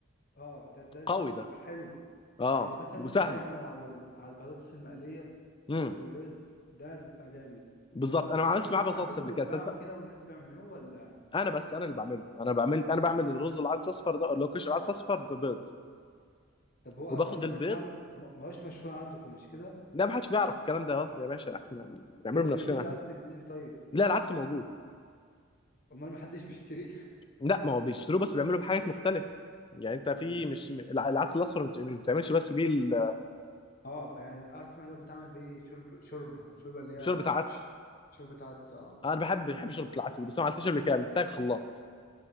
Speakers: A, on the left; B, on the left.
A: أه ده ده ده
B: قوي
A: بيبقى
B: ده
A: حلو
B: اه
A: آه مثلا
B: وسهل
A: بتعمله على ال- على البطاطس المقلية
B: امم
A: وبيض ده بيبقى جامد
B: بالظبط
A: بس
B: انا ما عملتش
A: عنده
B: معاه بطاطس
A: عندكم
B: قبل
A: بيتباع
B: كده تصدق
A: وكده والناس بيعملوه ولا
B: انا بس انا اللي بعمله انا بعمل انا بعمل الرز العدس اصفر ده اللي هو كشري عدس اصفر ببيض
A: طب هو اصلا
B: وباخد البيض
A: ده بيتعمل ما ما هوش مشهور عندكم مش كده
B: لا ما حدش بيعرف الكلام ده يا باشا احنا بنعمله
A: طب انت
B: بنفسنا
A: بتجيب العدس
B: احنا
A: منين طيب
B: لا العدس موجود
A: امال محدش بيشتريه
B: لا ما هو بيشتروه بس بيعملوا بحاجات مختلفه يعني انت في
A: <laughs> إز-
B: مش الع- العدس الاصفر مش مش بتعملش بس بيه ال-
A: اه يعني اسمع اللي هو بتعمل بيه شرب شوربه شوربه اللي هي
B: شوربه عدس
A: شوربه عدس اه
B: انا بحب بحب شوربه العدس دي بس ما عملتهاش قبل كده محتاج خلاط